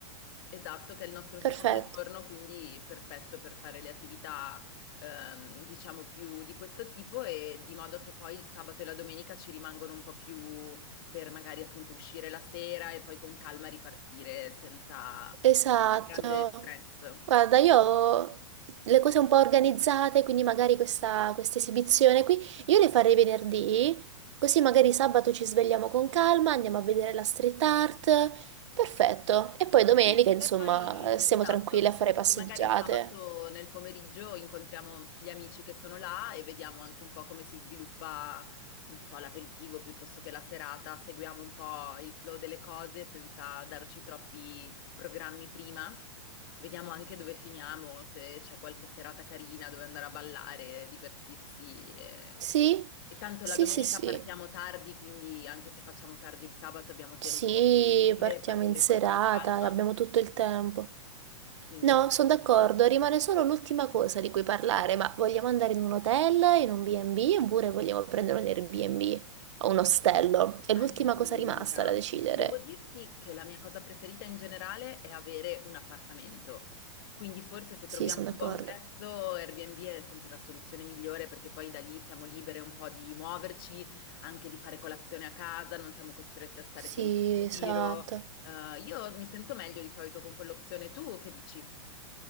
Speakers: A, on the left (about 45°); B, on the right (about 70°).
A: Esatto, che è il nostro secondo
B: Perfetto.
A: giorno, quindi perfetto per fare le attività, ehm, diciamo, più di questo tipo e di modo che poi il sabato e la domenica ci rimangono un po' più per magari appunto uscire la sera e poi con calma ripartire senza,
B: Esatto.
A: eh, grande stress.
B: Guarda, io ho le cose un po' organizzate, quindi magari questa, questa esibizione qui, io le farei venerdì, così magari sabato ci svegliamo con calma, andiamo a vedere la street art. Perfetto. E poi domenica,
A: Sì,
B: insomma,
A: E poi,
B: stiamo
A: esatto,
B: tranquilli a fare passeggiate.
A: e magari sabato nel pomeriggio incontriamo gli amici che sono là e vediamo anche un po' come si sviluppa, non so, l'aperitivo piuttosto che la serata, seguiamo un po' il flow delle cose senza darci troppi programmi prima, vediamo anche dove finiamo, se c'è qualche serata carina dove andare a ballare, divertirsi. E,
B: Sì?
A: e tanto
B: Sì,
A: la domenica
B: sì, sì.
A: partiamo tardi, quindi anche se facciamo tardi il sabato abbiamo tempo
B: Sì,
A: di
B: partiamo
A: partire partire
B: in serata,
A: poi con calma.
B: abbiamo tutto il tempo.
A: Quindi,
B: No, sono d'accordo, rimane solo l'ultima cosa di cui parlare, ma vogliamo andare in un hotel, in un B&B oppure vogliamo prendere un Airbnb o un ostello? È
A: allora,
B: l'ultima cosa rimasta da decidere.
A: devo dirti che la mia cosa preferita in generale è avere un appartamento. Quindi forse se
B: Sì,
A: troviamo
B: sono
A: un
B: d'accordo.
A: buon prezzo, Airbnb è sempre la soluzione migliore perché poi da lì siamo libere un po' di muoverci, anche di fare colazione a casa, non siamo costrette a stare
B: Sì,
A: sempre in
B: esatto.
A: giro. Eh, io mi sento meglio di solito con quell'opzione. Tu che dici?